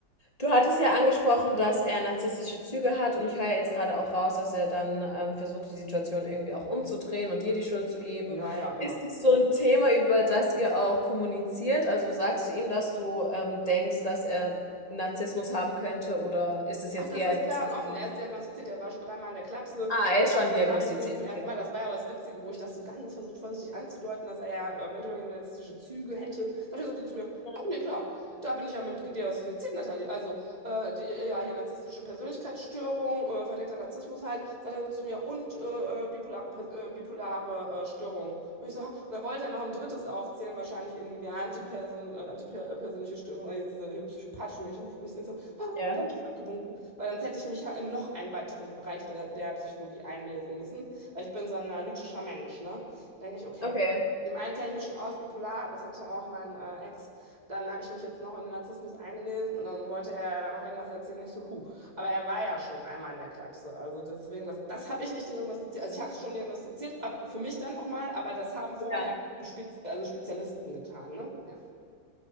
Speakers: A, on the left (about 20°); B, on the right (about 20°).
A: Du hattest ja angesprochen, dass er narzisstische Züge hat und ich höre ja jetzt gerade auch raus, dass er dann, ähm, versucht, die Situation irgendwie auch umzudrehen und dir die Schuld zu geben.
B: Ja, ja, immer.
A: Ist es so ein Thema, über das ihr auch kommuniziert? Also, sagst du ihm, dass du, ähm, denkst, dass er Narzissmus haben könnte oder ist es jetzt
B: Ach, das
A: eher
B: ist
A: etwas,
B: klar
A: was
B: und offen.
A: du
B: Der ist diagnostiziert, der war schon dreimal in der Klapse.
A: ah,
B: Deshalb,
A: er ist schon
B: Das
A: diagnostiziert,
B: sage ich ihm nicht zum
A: okay.
B: ersten Mal. Das war ja auch das Witzige, wo ich das so ganz versucht, vorsichtig anzudeuten, dass er ja eventuell irgendwie narzisstische Züge hätte. Sagt er so zu mir:
A: Mhm.
B: Ach nee, klar, da bin ich ja mit diagnostiziert, Nathalie. Also, äh, die, ja, hier narzisstische Persönlichkeitsstörung, äh, verdeckter Narzissmus halt. Sagt er so zu mir: Und äh, äh, bipolare, Pers- äh, bipolare äh, Störung. Und ich so, und dann wollte er noch ein drittes aufzählen, wahrscheinlich irgendwie Antiperson, äh, antipersönliche Störung, äh, diese hier psychopathischen Menschen. Ich so, ah,
A: Ja,
B: da habe ich schon abgewunken weil sonst hätte ich mich ja in noch einen weiteren Bereich der, der Psychologie einlesen müssen, weil ich bin so ein analytischer Mensch, ne? Denke ich, okay.
A: okay,
B: Dem einen kenne ich mich schon aus, bipolar, das hatte auch mein äh, Ex. Dann habe ich mich jetzt noch in den Narzissmus eingelesen und dann wollte er da noch irgendwas erzählen. Ich so, huh. Aber er war ja schon dreimal in der Klapse. Also deswegen, das, das habe ich nicht diagnostiziert. Also ich habe es schon diagnostiziert, aber für mich dann nochmal, aber das haben vorher
A: ja.
B: Spez also Spezialisten getan, ne? Ja.